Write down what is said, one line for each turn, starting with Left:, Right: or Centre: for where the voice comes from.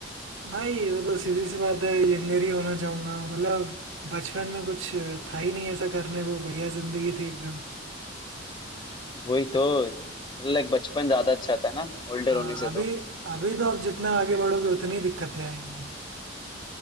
Right: भाई वो तो सीधी सी बात है यंगर ही होना चाहूंगा मतलब बचपन में कुछ था ही नहीं ऐसा करने को बढ़िया जिंदगी थी एकदम
Left: वही तो लाइक बचपन ज्यादा अच्छा था ना ओल्डर
Right: हाँ
Left: होने से
Right: अभी
Left: तो
Right: अभी तो आप जितना आगे बढ़ोगे उतनी दिक्कतें आएंगी